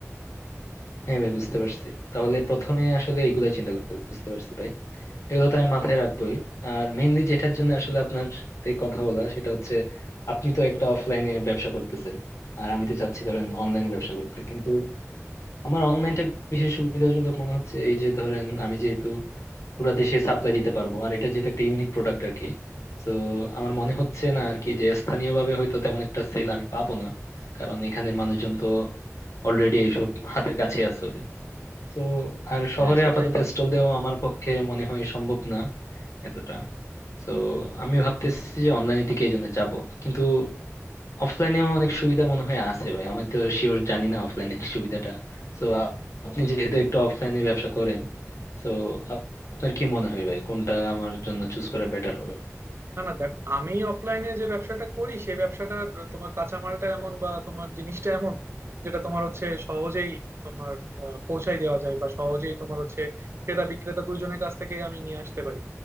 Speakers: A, on the left; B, on the right.
A: হ্যাঁ ভাই বুঝতে পারছি তাহলে প্রথমে আসলে এগুলাই চিন্তা করতে হবে বুঝতে পারছি ভাই এগুলো তো আমি মাথায় রাখবোই আর মেইনলি যেটার জন্য আসলে আপনার সাথে কথা বলা সেটা হচ্ছে আপনি তো একটা অফলাইনে ব্যবসা করতেছেন আর আমি তো চাচ্ছি ধরেন অনলাইনে ব্যবসা করতে কিন্তু আমার অনলাইনটা বিশেষ সুবিধাজনক মনে হচ্ছে এই যে ধরেন আমি যেহেতু পুরো দেশে সাপ্লাই দিতে পারবো আর এটা যেহেতু একটা ইউনিক প্রোডাক্ট আর কি তো আমার মনে হচ্ছে না আর কি যে স্থানীয়ভাবে হয়তো তেমন একটা সেল আমি পাবো না কারণ এখানের মানুষজন তো অলরেডি এইসব হাতের কাছে আছে ওদের তো আর
B: হ্যাঁ
A: শহরে
B: সেটাই
A: আপাতত স্টল দেওয়া আমার পক্ষে মনে হয় সম্ভব না এতটা তো আমি ভাবতেছি যে অনলাইনের দিকে এই জন্য যাবো কিন্তু অফলাইনেও অনেক সুবিধা মনে হয় আছে ভাই আমি তো শিওর জানি না অফলাইনের সুবিধাটা তো আপনি যেহেতু একটু অফলাইনে ব্যবসা করেন তো আপনার কি মনে হয় ভাই কোনটা আমার জন্য চুজ করা বেটার হবে
B: না না দেখ আমি অফলাইনে যে ব্যবসাটা করি সেই ব্যবসাটার তোমার কাঁচামালটা এমন বা তোমার জিনিসটা এমন যেটা তোমার হচ্ছে সহজেই তোমার আহ, পৌঁছাই দেওয়া যায় বা সহজেই তোমার হচ্ছে ক্রেতা বিক্রেতা দুজনের কাছ থেকে আমি নিয়ে আসতে পারি